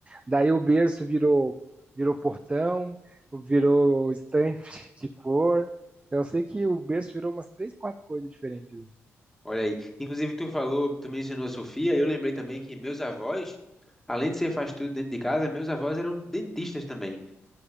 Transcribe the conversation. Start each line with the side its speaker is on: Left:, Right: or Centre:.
Right: Daí o berço virou, virou portão, virou estante <laughs> de cor. Eu sei que o berço virou umas três, quatro coisas diferentes ali.
Centre: Olha aí. Inclusive, tu falou, tu mencionou a Sofia, e eu lembrei também que meus avós, além de ser faz tudo dentro de casa, meus avós eram dentistas também.